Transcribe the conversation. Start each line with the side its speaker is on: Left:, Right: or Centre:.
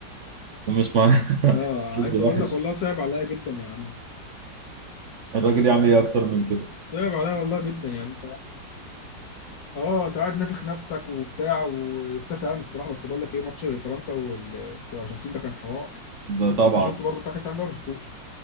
Right: مش مع
Left: اه
Right: <laughs> حظ
Left: عايز اقول
Right: وحش
Left: لك والله صعب عليا جدا يا عم
Right: الراجل يعمل ايه اكتر من كده
Left: صعب عليا والله جدا يعني اه انت قاعد نافخ نفسك وبتاع وفي كاس العالم الصراحه بس بقول لك ايه ماتش فرنسا وال... والارجنتين ده كان حوار
Right: ده طبعا
Left: انت شفته برضو بتاع كاس العالم ده ولا ما شفتوش